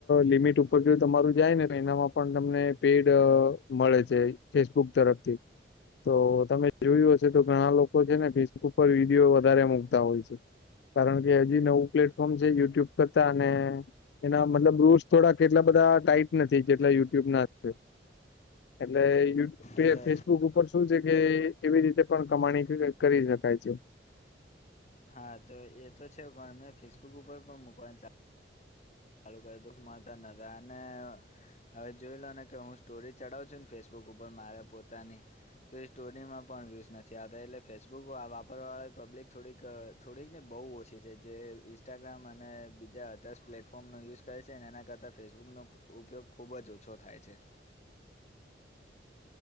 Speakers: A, on the left; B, on the left.
A: લિમિટ ઉપર જો તમારું જાય ને એનામાં પણ તમને પેડ મળે છે. ફેસબુક તરફથી તો તમે જોયું હશે તો ઘણા લોકો છે, ને ફેસબુક પર વિડીયો વધારે મુકતા હોય છે. કારણ કે હજી નવું પ્લેટફોર્મ છે, યુટ્યુબ કરતા અને એના મતલબ રૂષ થોડા કેટલા બધા ટાઈટ નથી જેટલા યુટ્યુબના છે. એટલે યૂ પે
B: એટલે
A: ફેસબુક ઉપર શું છે, કે એવી રીતે પણ કમાણી કરી શકાય છે.
B: હા તો એ તો છે, પણ અમે ફેસબુક ઉપર પણ મકવાનું ચા ચાલું <unintelligible> નતા અને હવે જોઈ લો ને કે હું સ્ટોરી ચડાવું છું ને ફેસબુક ઉપર મારે પોતાની તો એ સ્ટોરીમાં પણ યુઝ નથી આવતા એટલે ફેસબુક વાપરવા વાળા પબ્લિક થોડીક થોડીક ને બહુ ઓછી છે. જે ઇન્સ્ટાગ્રામ અને બીજા અધર્સ પ્લેટ ફોમનો યુઝ કરે છે અને એના કરતાં ફેસબુકનો ઉપયોગ ખૂબ જ ઓછો થાય છે.